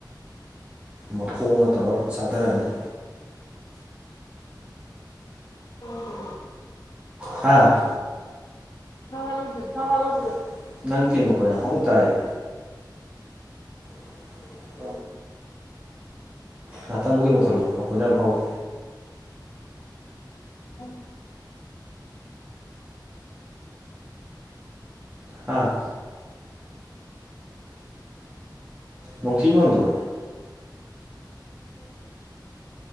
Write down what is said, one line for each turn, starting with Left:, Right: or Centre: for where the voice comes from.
Right: ꯃꯈꯣꯡꯒ ꯇꯧꯔ ꯆꯥꯗꯥꯔꯅꯤ
Left: ꯑꯣ ꯍꯣ
Right: ꯍꯥꯥ
Left: ꯅꯋꯥ ꯂꯧꯗꯦ
Right: ꯅꯋꯥ ꯂꯧꯗꯦ ꯅꯪ ꯐ‌ꯦꯟ ꯃꯈꯣꯟ ꯌꯥꯝ ꯍꯧꯅ ꯇꯥꯏꯌꯦ <unintelligible> ꯉꯍꯥꯛꯇꯪ ꯃꯨꯠꯀꯤ ꯃꯨꯊꯠꯂꯣ ꯃꯈꯣꯟꯗ‌ꯣ ꯌꯥꯝ ꯍꯧꯋꯦ
Left: ꯎꯝ
Right: ꯍꯥꯥ ꯅꯣꯡꯊꯤ ꯃꯪꯗ꯭ꯔꯣ
Left: ꯃꯡꯉ‌ꯦ